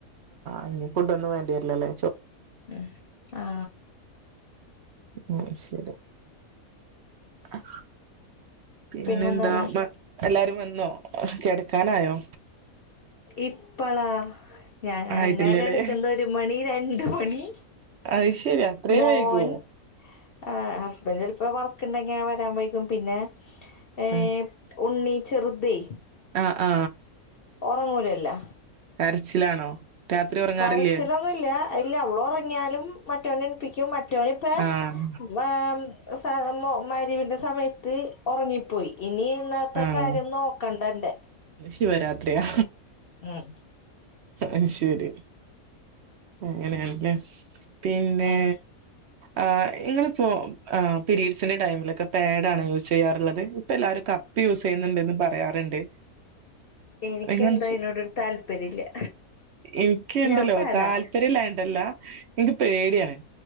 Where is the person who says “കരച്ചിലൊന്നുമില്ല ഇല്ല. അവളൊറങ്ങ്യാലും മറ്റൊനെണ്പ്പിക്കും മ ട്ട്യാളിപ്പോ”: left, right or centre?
Left